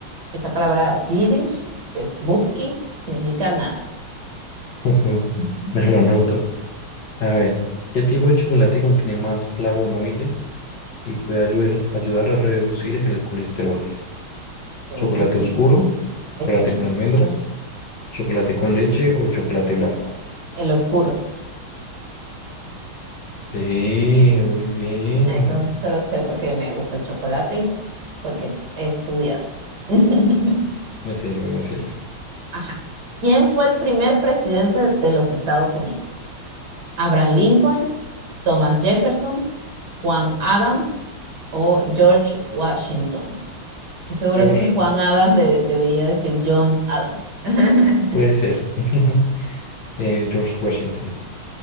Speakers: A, on the right (about 50°); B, on the left (about 60°).
A: esa palabra Yiddish, que es bubkis, significa nada.
B: Ujú,
A: <laughs>
B: Me lo noto. A ver, ¿qué tipo de chocolate contiene más flavonoides y puede ayudar, ayudar a reducir el colesterol?
A: Eh,
B: ¿Chocolate
A: ujú,
B: oscuro? ¿Chocolate
A: ese mismo.
B: con almendras? ¿Chocolate con leche o chocolate blanco?
A: El oscuro.
B: Sí, muy bien.
A: Eso se lo sé porque me gusta el chocolate y pues porque es- he estudiado. <laughs>
B: Me sirve, me sirve.
A: Ajá. ¿Quién fue el primer presidente de los Estados Unidos? ¿Abraham Lincoln, Thomas Jefferson, Juan Adams o George Washington. Estoy seguro
B: George,
A: que ese Juan Adams de- debería decir John Adams. <laughs>
B: puede ser. <laughs> Eh, George Washington.